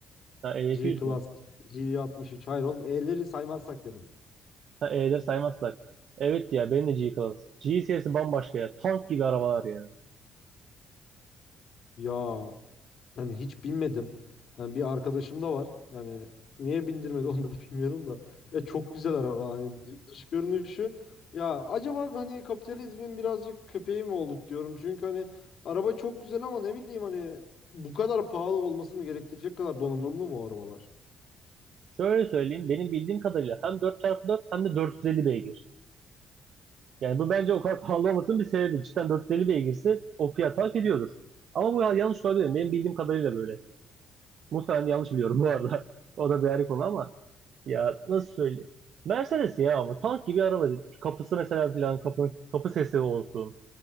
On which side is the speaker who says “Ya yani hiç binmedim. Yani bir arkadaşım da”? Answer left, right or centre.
Left